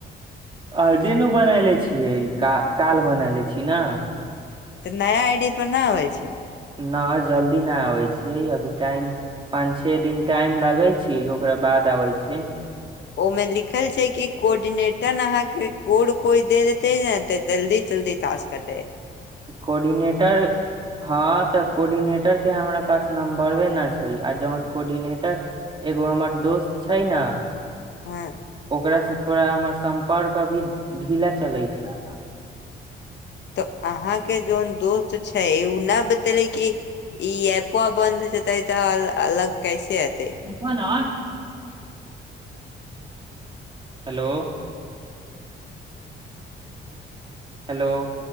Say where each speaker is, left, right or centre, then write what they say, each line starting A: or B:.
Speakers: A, on the right; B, on the left.
A: आजुने बनायले छियै क काल बनाले छी ने
B: तऽ नया आई डी पर नहि अबै छै
A: न जल्दी नाय आबै छै अभी टाइम पांच छे दिन टाइम लागे छी ओकरा बाद आबे छै
B: ओमें लिखल छै कि कोर्डिनेटर अहाँके कोड कोइ दे देतेे जल्दी जल्दी टास्क करतै
A: कोर्डिनेटर हँ तऽ कोर्डिनेटर के हमरा पास नम्बरे न छै आ जौन कोर्डिनेटर एगो हमर दोस्त छै ने
B: हँ
A: ओकरा से थोड़ा हमर सम्पर्क अभी ढीला चले छै
B: तऽ अहाके जोन दोस्त छै उ नहि बतेले कि ई ऐपो बन्द हो छै तऽ ई तऽ अलग कैसे अतै
A: हना हेलो हेलो